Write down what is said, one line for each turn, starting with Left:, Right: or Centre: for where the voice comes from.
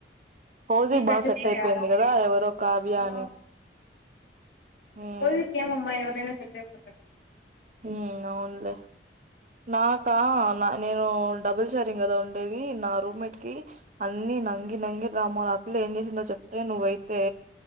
Right: పొజీ
Left: నీకు
Right: బాగా
Left: అడ్జస్ట్
Right: సెట్
Left: అయ్యారా
Right: అయిపోయింది కదా ఎవరో కావ్య
Left: ఆ
Right: అని హ్మ్
Left: ఫోజీ కి ఏమమ్మా ఎవరైనా సెట్ అయిపోతారు
Right: ఊమ్ అవునులే నాకా నా నేను డబుల్ షేరింగ్ కదా ఉండేది నా రూమ్మేట్ కి అన్ని నంగి నంగి డ్రామలు ఆ పిల్ల ఏం చేసిందో చెప్తే నువ్వు అయితే